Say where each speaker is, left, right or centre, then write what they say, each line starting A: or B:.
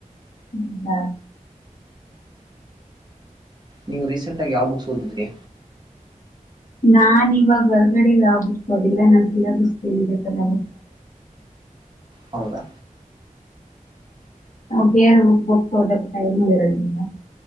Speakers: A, on the left; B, on the right.
A: ಹ್ಮುಹಾ.
B: ನೀವು ರೀಸೆಂಟಾಗ್ ಯಾವ್ ಬುಕ್ಸ್ ಓದಿದ್ರಿ?
A: ನಾನ್ ಇವಾಗ ಹೊರರ್ಗಡೆ ಯಾವ್ ಬಿಟ್ ಅದಿಲ್ಲ ನನ್ಸಲಿಸಏನ್ದೆತ್ತಲ್ಲ
B: ಹೌದಾ
A: ನಾ ಬೇರೆ ಊಟ ಹೋಗ್ಕೋದಕ್ಕೆ ಟೈಮು ಇರಗಿಲ್ಲ